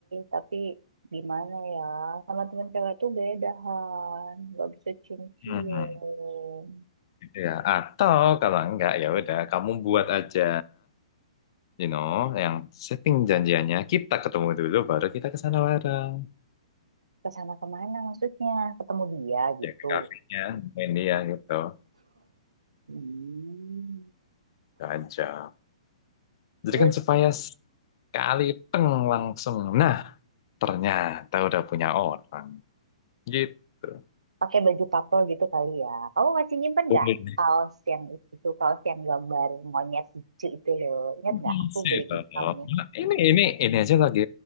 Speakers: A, on the right; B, on the left.
A: tapi gimana ya? Sama teman cewek tuh beda, Han. Nggak bisa cium-cium.
B: Hmm, gitu ya. Atau kalau enggak ya udah, kamu buat aja, you know, yang setting janjiannya kita ketemu dulu, baru kita ke sana bareng,
A: ke sana kemana maksudnya ketemu dia gitu
B: ya ke kafenya, main dia gitu.
A: Hmm.
B: Gajah. Jadi
A: terus
B: kan supaya sekali teng langsung. Nah, ternyata udah punya orang. Gitu.
A: pakai baju couple gitu kali ya kamu masih nyimpen
B: Boleh.
A: nggak kaos yang itu tuh, kaos yang gambar monyet lucu itu loh ingat nggak
B: Bisa
A: aku beliin
B: dong.
A: kamu
B: Nah, ini ini ini aja lagi